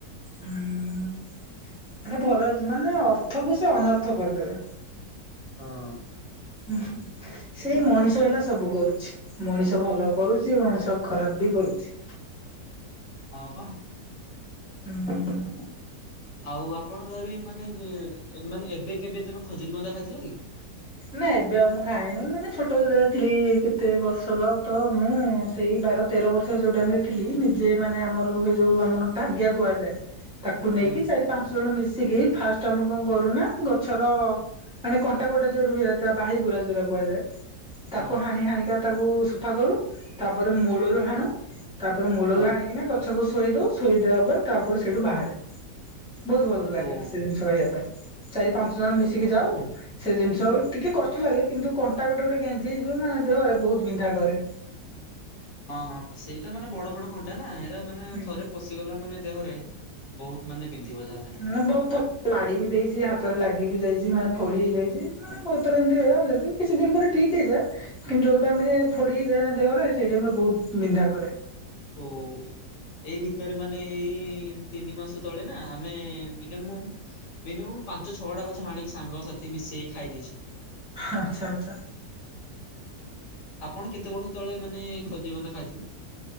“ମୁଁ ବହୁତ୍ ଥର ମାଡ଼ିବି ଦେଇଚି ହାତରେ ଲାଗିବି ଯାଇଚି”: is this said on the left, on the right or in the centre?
Centre